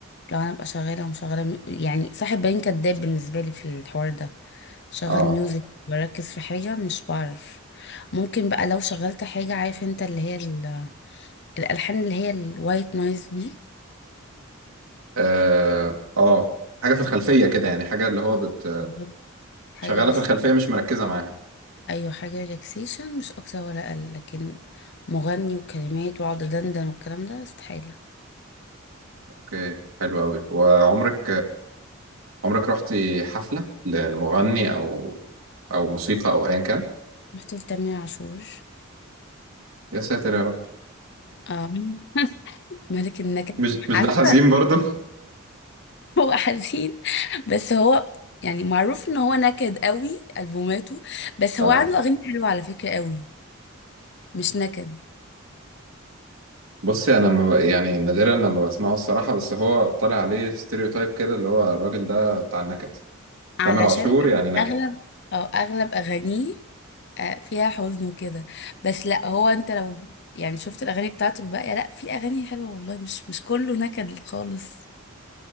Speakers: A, on the left (about 55°); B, on the right (about 75°).
A: لو انا ابقى شغاله ومشغله مي- يعني صاحب بالين كداب بالنسبه لي في الحوار ده شغل
B: اه
A: ميوزك بركز في حاجه مش بعرف ممكن بقى لو شغلت حاجه عارف انت اللي هي ال- الالحان اللي هي الوايت نويز دي
B: اه اه حاجه في الخلفيه كده يعني حاجه اللي هو بت
A: بالظبط. حاجه
B: شغاله
A: بس
B: في الخلفيه مش مركزه معاها
A: ايوه حاجه ريلاكسيشن مش اكتر ولا اقل لكن مغني وكلمات واقعد دندن والكلام ده استحاله
B: اوكي حلو قوي وعمرك عمرك رحتي حفله لمغني او او موسيقى او ايا كان
A: رحت لتامر عاشور
B: يا ساتر يا رب
A: اه <laughs> ملك النكد
B: مش مش
A: على
B: ده حزين
A: فكره
B: برضو <laughs>
A: هو حزين بس هو يعني معروف ان هو نكد قوي البوماته بس
B: اه
A: هو عنده اغاني حلوه على فكره قوي مش نكد
B: بصي انا ما يعني نادرا لما بسمعه الصراحه بس هو طالع عليه ستيريو تايب كده اللي هو الراجل ده بتاع النكد
A: علشان
B: تامر عاشور
A: أغ-
B: يعني نكد
A: اغلب اه اغلب اغانيه آه، فيها حزن وكده بس لا هو انت لو يعني شفت الاغاني بتاعته الباقيه لا في اغاني حلوه والله مش مش كله نكد خالص